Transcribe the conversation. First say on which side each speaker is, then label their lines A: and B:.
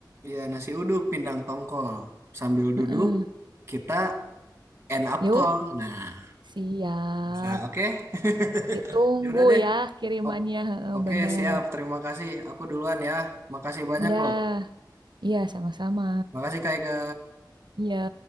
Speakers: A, on the right; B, on the right.
A: iya nasi uduk pindang tongkol sambil
B: Heeh.
A: duduk kita end up
B: Yuk,
A: call nah
B: siap.
A: bisa oke <laughs>
B: Ditunggu
A: Ya udah deh
B: ya kirimannya.
A: O-
B: Heeh,
A: Oke,
B: bener.
A: siap. Terima kasih. Aku duluan ya. Makasih banyak
B: Ya,
A: loh.
B: iya sama-sama.
A: Makasih Kak Ega.
B: Ya.